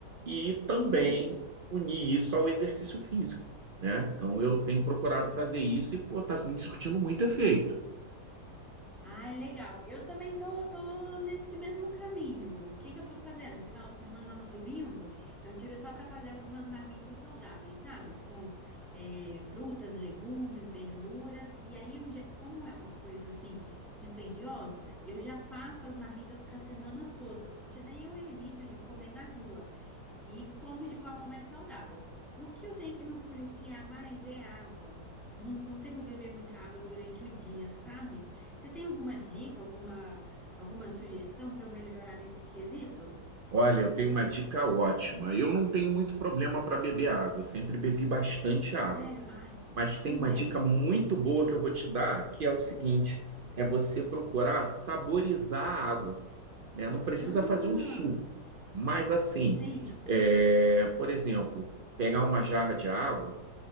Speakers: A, on the right; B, in the centre.
A: e também
B: Uhum.
A: unir isso ao exercício físico, né? Então eu tenho procurado fazer isso e pô, tá me surtindo muito efeito.
B: Ah, legal. Eu também tô, tô nesse mesmo caminho. O que que eu tô fazendo? Final de semana, no domingo, eu tiro só para fazer algumas marmitas saudáveis, sabe? Com eh, frutas, legumes, verduras. E aí, eu já, como é uma coisa assim dispendiosa, eu já faço as marmitas para a semana toda, porque daí eu evito de comer na rua e como de forma mais saudável. O que eu tenho que me policiar mais é água. Não consigo beber muita água durante o dia, sabe? Você tem alguma dica, alguma, alguma sugestão para eu melhorar nesse quesito?
A: Olha, eu tenho uma dica ótima. Eu não tenho muito problema para beber água, eu sempre bebi bastante água.
B: Sério? Ai,
A: Mas
B: que
A: tem
B: inveja.
A: uma dica muito boa que eu vou te dar, que é o seguinte: é você procurar saborizar a água, né? Não precisa
B: Ah,
A: fazer um suco, mas assim,
B: sim.
A: é, por exemplo, pegar uma jarra de água